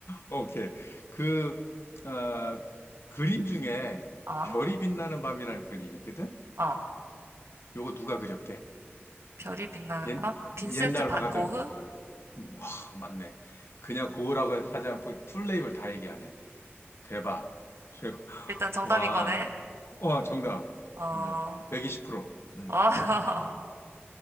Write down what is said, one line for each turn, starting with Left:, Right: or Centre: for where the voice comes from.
Left: 오케이. 그, 아, 그림 중에
Right: 아,
Left: 별이 빛나는 밤이라는 그림이 있거든?
Right: 아.
Left: 요거 누가 그렸게?
Right: 별이 빛나는
Left: 옛,
Right: 밤? 빈센트
Left: 옛날
Right: 반
Left: 화가들,
Right: 고흐?
Left: 음, 와, 맞네. 그냥 고흐라고 하지 않고 풀네임을 다 얘기하네. 대박. 최고.
Right: 일단 정답인
Left: 와,
Right: 거네.
Left: 와, 정답.
Right: 어.
Left: 완전 120%. 음,
Right: 아, <laughs>